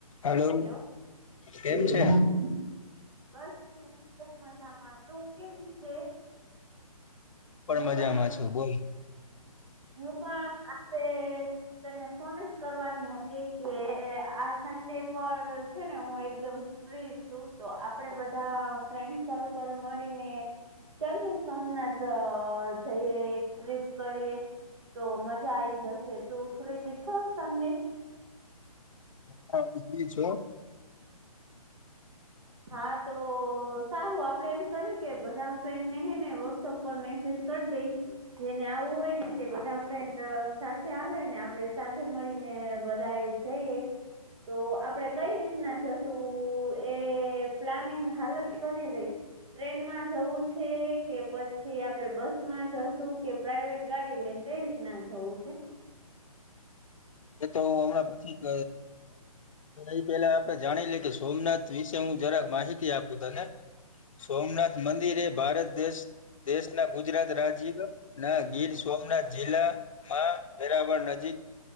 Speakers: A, on the left; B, on the right.
A: Hello
B: hello
A: કેમ
B: <unintelligible>
A: છે?
B: બસ હું એદકમ મજામાં તું કેમ છે.
A: પણ
B: હું
A: મજામાં
B: તને
A: છો બોલ
B: હું પણ આજે તને ફોન જ કરવાની હતી કે આ સન્ડે પર છે ને હું એકદમ છું તો આપડે બધા ફ્રેન્ડ સર્કલ મળીને ચાલ સોમનાથ જઈએ એક ટ્રીપ કરીએ તો મજા આઈ જશે તું ફ્રી છો સન્ડે
A: હા છો
B: હા તો સારું આપડે એમ કરીએ કે બધા ફ્રેન્ડને હેને વોટ્સઅપ પર મેસેજ કરી દઈ જેને આવવું હોય ને તે બધા ફ્રેન્ડ સાથે આવે ને આપડ સાથે મળીને બધાએ ઈએ તો આપડે કઈ રીતના જશું એ પ્લાનિંગ હાલ જ કરી રઈ ટ્રેનમાં જવું છે કે પછી આપડે બસ માં જશું કે પ્રઇવેટ ગાડી લઈને કઈ રીતે ના જવ છે.
A: એ તો હું હમણાં પછી ક એ પેલા આપડે જાણી લે કે સોમનાથ વિશે હું જરાક માહિતી આપું ત ને સોમનાથ મંદિર એ ભારત દેશ દેશના ગુજરાત રાજ્ય ના ગીર સોમનાથ જિલ્લા માં વેરાવળ નજીક